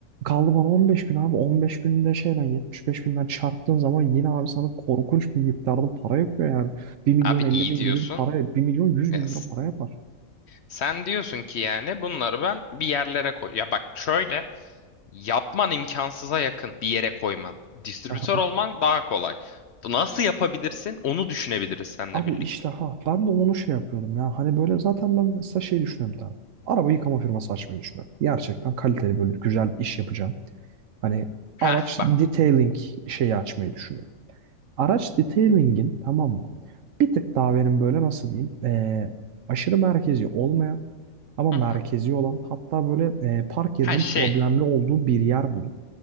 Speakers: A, on the right (about 70°); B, on the left (about 60°).
A: kaldı bana 15 gün abi. 15 günde şeyle 75 binden çarptığın zaman yine abi sana korkunç bir miktarda para yapıyor yani. bir milyon
B: Abi
A: 50
B: iyi
A: bin
B: diyorsun.
A: gibi bir para, bir milyon 100
B: Ya,
A: bin lira para yapar.
B: sen diyorsun ki yani bunları ben bir yerlere koy. Ya bak şöyle yapman imkansıza yakın bir yere koyman. Distribütör
A: Aha.
B: olman daha kolay. Nasıl yapabilirsin onu düşünebiliriz seninle
A: Abi
B: birlikte.
A: işte ha ben de onu şey yapıyordum ya. Hani böyle zaten ben mesela şey düşünüyorum bir tane. Araba yıkama firması açmayı düşünüyorum. Gerçekten kaliteli böyle güzel iş yapacağım. Hani
B: Ha,
A: araç
B: bak
A: detailing
B: bu.
A: şeyi açmayı düşünüyorum. Araç detailing'in tamam mı? Bir tık daha benim böyle nasıl diyeyim? Ee, aşırı merkezi olmayan Ama
B: Hı
A: merkezi
B: hı.
A: olan hatta böyle e, park yerinin
B: Ha şey
A: problemli olduğu bir yer bulup